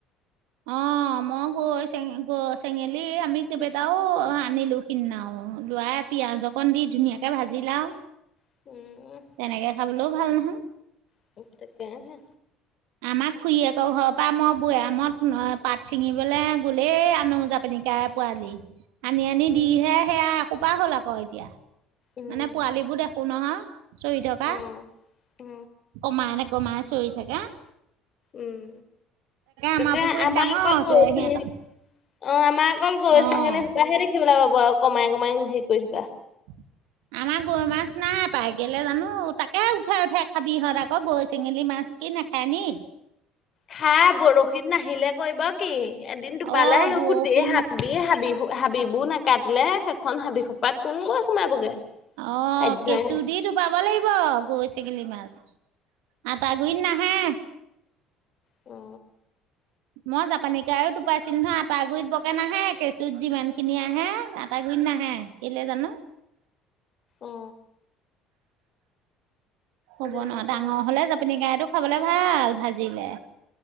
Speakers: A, on the right (about 70°); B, on the left (about 45°).
A: অ মই গৈ চে চেঙেলী আমি কেইবাটাও আনিলো। কিনাও লোৱাই পিয়াজ অকণ দি ধুনীয়াকে ভাজিলে আও।
B: <unintelligible>
A: তেনেকে খাবলো ভাল নহয়।
B: <unintelligible> তাকে হে।
A: <inaudible> আমাৰ খুহীয়েকৰ ঘৰৰ পৰা মই বৈয়ামত পাত ছিঙিবলৈ গ'লেই আনো জাপেনি কাৱৈ পোৱালি। আনি আনি
B: উম
A: দিহে সেয়া এহোপা হ'ল আক এতিয়া।
B: উম
A: মানে পোৱালীবোৰ দেখো ন, চৰি থকা।
B: অ অ
A: কমাই নে কমাই চৰী থাকে।
B: উম
A: আমাৰ
B: তাকে
A: পুখুৰীত
B: আমাৰ
A: ডাঙৰ
B: অকল
A: হৈছে
B: গৰৈ
A: সিহঁতৰ
B: চেঙেলী। অ আমাৰ অকল গৈ
A: অ'।
B: ছঙেলী শুপাহে দেখিবলে পাব, আৰু কমাই কমাই হেৰি কৰি থকা।
A: <inaudible> আমাৰ গৈ মাছ নাই পাই কেলে জানো, তাকে উঠাই উঠাই খাবিহঁত আকৌ গৰৈ চেঙেলী মাছ। কি নাখায় নি
B: খাই বৰশীত নাহিলে কৈ ব কি? এদিন টোপালে
A: অ বৰশী
B: গোটেই হাবি হাবি হাবিবোৰ নাকাটিলে সেইখন হাবি সোপাত কোন গৈ সোমাবগে।
A: অ
B: সাধ্যই
A: কেঁচু
B: নাই
A: দি টোপাব লাগিব গৈ চেগেলী মাছ। আটা গুৰিত নাহে।
B: অঁ।
A: মই জাপানি কাৱৈ টোপাইছিলো নহয় আটা গুৰিত বকে নাহে, কেঁচুত যিমান খিনি আহে আটা গুৰিত নাহে। কেলে জানো?
B: অঁ।
A: হ'ব
B: জানো
A: ন ডাঙৰ
B: কেলে নাহে,
A: হ'লে জাপানি কাৱৈটো খাবলে ভাল ভাজিলে।